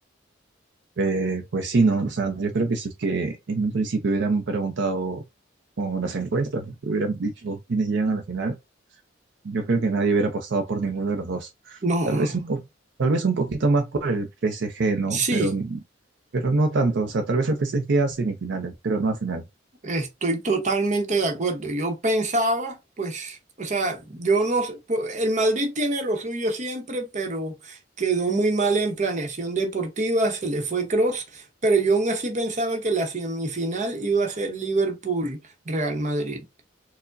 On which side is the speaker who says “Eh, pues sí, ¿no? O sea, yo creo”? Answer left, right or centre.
Right